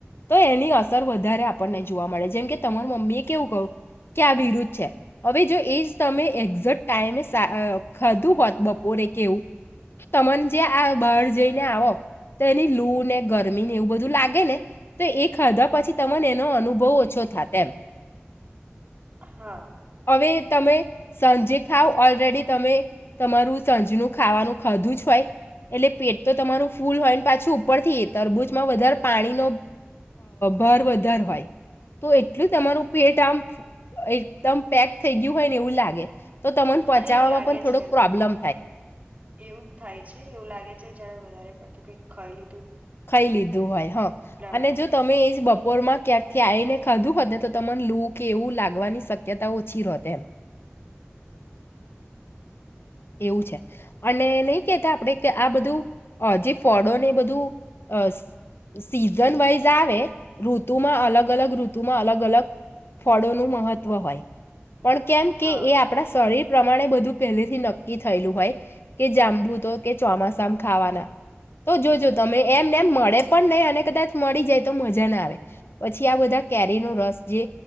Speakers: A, on the left; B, on the right.
A: તો એની અસર વધારે આપણને જોવા મળે જેમ કે તમાર મમ્મી એ કેવું કહ્યું કે આ વિરુદ્ધ છે હવે જો એ જ તમે એક્ઝેક્ટ ટાઈમે ખાધું હોત બોરે કેવું તમન જે આ બાર જઈને આવો તો એની લૂ ને ગરમી ને એવું બધું લાગે ને તો એ ખાધા પછી તમને એનો અનુભવ ઓછો થાય તેમ
B: હા
A: હવે તમે સાંજે ખાવ ઓલરેડી તમે તમારું સાજનું ખાવાનું ખાધું જ હોય એટલે પેટ તો તમારું ફૂલ હોય ને પાછું ઉપરથી એ તરબૂજમાં વધારે પાણીનો ભર વધારે હોય તો એટલું તમારું પેટ આમ એકદમ પેક થઈ ગયું હોય ને એવું લાગે. તો તમન પોચાવામાં
B: અરે એવું લાગે
A: પણ થોડોક
B: છે
A: પ્રોબ્લમ
B: એવું જ થાય છે એવું લાગે છે જાણે વધારે પડતું કઈ ખઈ
A: ખય લીધું હોય હા અને
B: માટે
A: જો તમે એજ બપો બપોરમાં ક્યાંકથી આવી ને ખાધું હોત ને તો તમને લૂ કે એવું લાગવાની શક્યતા ઓછી રત એમ એવું છે અને નહી કેહેતા આપણે કે આ બધું અ જે ફળોને બધું સીઝન વાઈઝ આવે ઋતુમાં અલગ અલગ ઋતુમાં અલગ અલગ ફળોનું મહત્વ હોય. પણ કેમ
B: હા
A: કે એ આપણા શરીર પ્રમાણે બધું પહેલેથી નક્ નક્કી થયેલું હોય કે જંબુ તો કે ચોમાસામાં ખાવાના તો જોજો તમે એમને એમ મળે પણ નહી અને કદાચ મળી જાય તો મજા ના આવે પછી આ બધા કેરી નો રસ જે